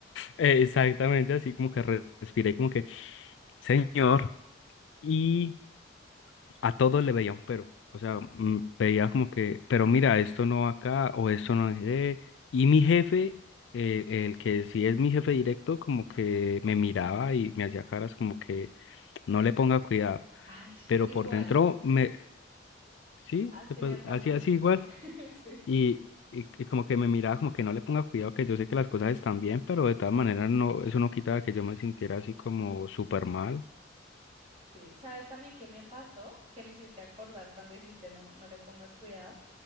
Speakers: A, on the left; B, on the right.
A: Eh, Exactamente, así como que re- respiré como que, señor, y a todos le veía un pero, o sea, mm, veía como que, pero mira, esto no va acá o esto no es de... Y mi jefe, eh, el que sí es mi jefe directo, como que me miraba y me hacía caras como que no le ponga cuidado,
B: Ay,
A: pero
B: igual,
A: por dentro me, sí,
B: así
A: pues,
B: me pasa
A: así,
B: a mí.
A: así igual.
B: <laughs> Sí,
A: Y, y, y como que me miraba como que no le ponga cuidado, que yo sé que las cosas están bien, pero de todas maneras no, eso no quitaba que yo me sintiera así como súper mal.
B: sí. ¿Sabes también qué me pasó? Que me hiciste acordar cuando dijiste no, no le pongas cuidado,